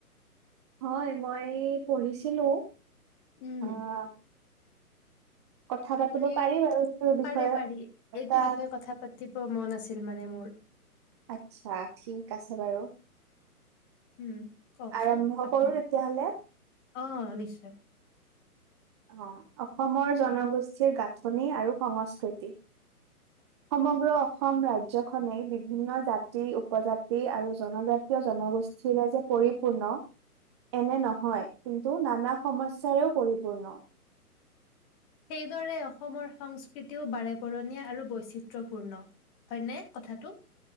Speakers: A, on the right (about 20°); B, on the left (about 25°).
A: হয় মই পঢ়িছিলো।
B: উম।
A: অহ কথা পাতিব
B: আপুনি।
A: পাৰি বাৰু সেইটোৰ বিষয়ে
B: পাৰি পাৰি, এইটো
A: এটা
B: বিষয়ে কথা পাতিব মন আছিল মানে মোৰ।
A: আচ্ছা। ঠিক আছে বাৰু।
B: উম কওকচোন
A: আৰম্ভ
B: আপুনি।
A: কৰো তেতিয়াহ'লে।
B: আহ নিশ্চয়
A: অ, অসমৰ জনগোষ্ঠীৰ গাঁথনি আৰু সংস্কৃতি। সমগ্ৰ অসম ৰাজ্যখনেই বিভিন্ন জাতি উপজাতি আৰু জনজাতীয় জনগোষ্ঠীৰে যে পৰিপূৰ্ণ এনে নহয়। কিন্তু নানা সমস্যাৰেও পৰিপূ পূৰ্ণ।
B: সেইদৰে অসমৰ সংস্কৃতিও বাৰেপৰণীয়া আৰু বৈচিত্ৰ্যপূৰ্ণ। হয়নে কথাটো?